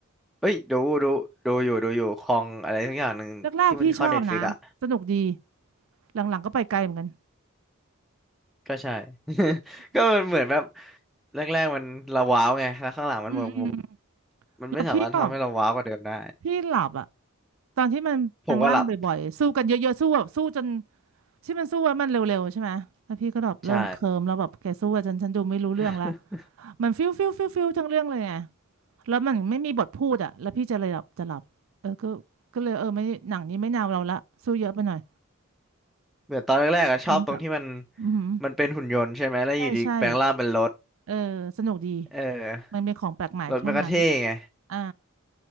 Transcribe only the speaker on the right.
แรกๆพี่ชอบนะสนุกดีหลังๆก็ไปไกลเหมือนกัน
อืมอืม
แล้วพี่ก็พี่หลับอ่ะตอนที่มันแปลงร่างบ่อยๆสู้กันเยอะๆสู้แบบสู้จน
ที่มันสู้แล้วมันเร็วๆใช่ไหมแล้วพี่ก็แบบเริ่มเคลิ้มแล้วแบบแกสู้อะฉันฉันดูไม่รู้เรื่องละ
มันฟิวฟิวฟิวฟิวทั้งเรื่องเลยไง แล้วมันไม่มีบทพูดอ่ะแล้วพี่จะเลยหลับจะหลับเออก็ก็เลยเออไม่หนังนี้ไม่แนวเราละสู้เยอะไปหน่อย
เน้นกับอือหือ
ใช่ใช่เออสนุกดี
มันเป็นของแปลกใหม่ช่วงนั้น
อ่า